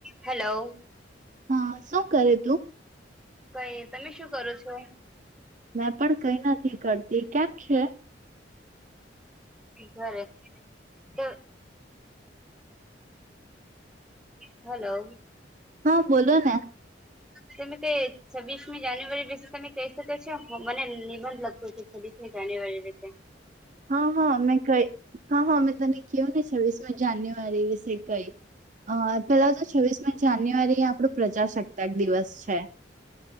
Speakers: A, in the centre; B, on the right.
A: Hello.
B: હા, શું કરે તું?
A: કઈ, તમે શું કરો છો?
B: મેં પણ કઈ નથી કરતી. કેમ છે?
A: સ્પીકરે તો હલો
B: હા બોલો ને
A: તમે કે છવીસમી જાન્યુઆરી વિશે તમે કહી શકો છો મને નિબંધ લખતો છે છવ્વીસમી જાન્યુઆરી વિશે
B: હા હા મેં કઈ હા હા મેં તને કેવું ને છવીસ આ જાન્યુઆરી વિશે કઈ અ પેલા તો છવ્વીસ મી જાન્યુઆરી એ આપણો પ્રજાસત્તાક દિવસ છે